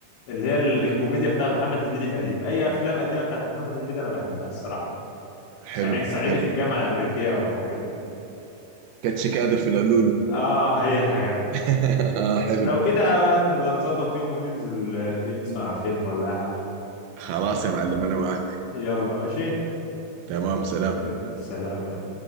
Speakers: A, on the left; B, on the right.
A: اللي هي الكوميديا بتاع محمد هنيدي القديم أي أفلام قديمة بتاعت محمد هنيدي أنا بحبها الصراحة
B: حلو
A: يعني صعيدي
B: حلو
A: في الجامعة الأمريكية أو الحاجات دي
B: كاتش كادر في القلولو
A: آه هي الحاجات دي
B: <laughs> آه، حلو
A: لو كده بقى نظبط يوم وننزل آه، في نسمع فيلم ولا أي حاجة
B: خلاص يا معلم انا معك
A: يلا ماشي
B: تمام سلام
A: نب- سلام يا